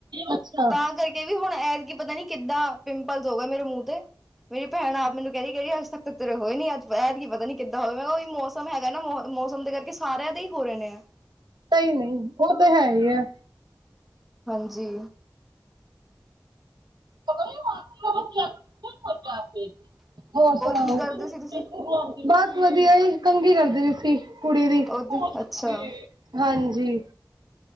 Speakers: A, on the right (about 80°); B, in the centre.
A: ਅੱਛਾ।
B: ਤਾਂ ਕਰਕੇ ਵੀ ਹੁਣ, ਐਤਕੀ ਪਤਾ ਨੀ ਕਿੱਦਾਂ ਪਿੰਪਲਸ ਹੋ ਗਏ ਮੇਰੇ ਮੂੰਹ ਤੇ। ਮੇਰੀ ਭੈਣ ਆਪ ਮੈਨੂੰ ਕਹਿੰਦੀ, ਕਹਿੰਦੀ ਅੱਜ ਤੱਕ ਤਾਂ ਤੇਰੇ ਹੋਏ ਨੀ, ਅੱਜ ਐਤਕੀ ਕੀ ਪਤਾ ਨੀ ਕਿੰਦਾ ਹੋਗੇ ਓਈ ਮੌਸ ਸਮ ਹੈਗਾ ਨਾ, ਮੌਸਮ ਦੇ ਕਰਕੇ ਸਾਰਿਆਂ ਦੇ ਹੀ ਹੋ ਰਹੇ ਨੇ ਆ।
A: ਨਹੀਂ-ਨਹੀਂ, ਉਹ ਤੇ ਹੈਹੀ ਆ।
B: ਹਾਂਜੀ।
A: <unintelligible> ਹੋਰ ਸੁਣਾਓ?
B: ਕੀ ਕਰਦੇ
A: <unintelligible>
B: ਸੀ ਤੁਸੀਂ?
A: ਬਸ ਵਧੀਆ ਜੀ, ਕੰਘੀ ਕਰਦੀ ਪਈ ਸੀ, ਕੁੜੀ ਦੀ। <unintelligible>
B: ਉਹਦੇ ਅੱਛਾ
A: ਹਾਂਜੀ